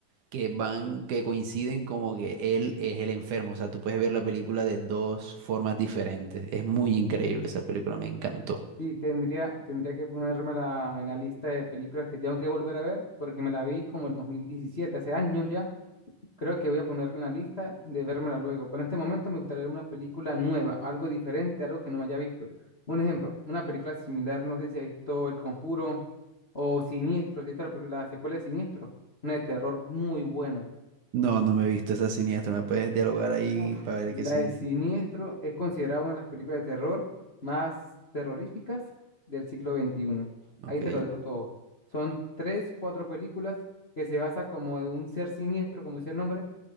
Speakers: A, on the right; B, on the left.
A: que van, que coinciden como que él es el enfermo. O sea, tú puedes ver la película de dos formas diferentes. Es muy increíble esa película, me encantó.
B: sí, tendría, tendría que ponerme la, en la lista de películas que tengo que volver a ver, porque me la vi como el 2017, hace años ya, Creo que voy a ponerla en la lista de vérmela luego. Pero en este momento me gustaría ver una película nueva, algo diferente, algo que no me haya visto. Un ejemplo, una película similar, no sé si ha visto El Conjuro o Siniestro, si has la, pe- la secuela de Siniestro, una de terror muy buena.
A: No, no me he visto esa siniestra. ¿Me puedes dialogar ahí
B: Uf,
A: para ver
B: la
A: qué significa?
B: de Siniestro es considerada una de las películas de terror más terroríficas del siglo XXI.
A: Ok,
B: Ahí te lo dejo todo. Son tres, cuatro películas que se basa como de un ser siniestro, como dice el nombre